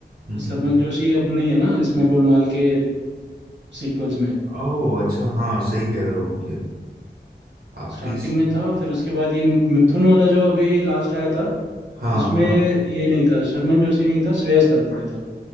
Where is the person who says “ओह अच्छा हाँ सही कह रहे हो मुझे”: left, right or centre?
Right